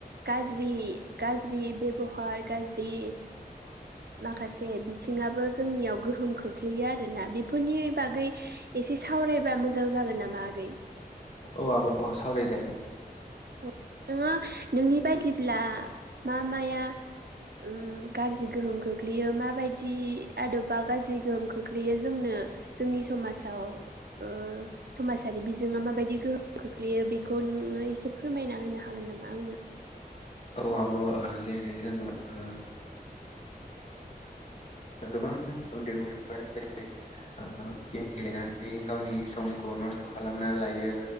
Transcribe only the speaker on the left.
औ आब सावराय जायो
औ आब जेरै जोङो ओ गोबां उन्दै गथफोरा जेरै गेम गेलेनानै गावनि सम खौ नस्थ खालामना लायो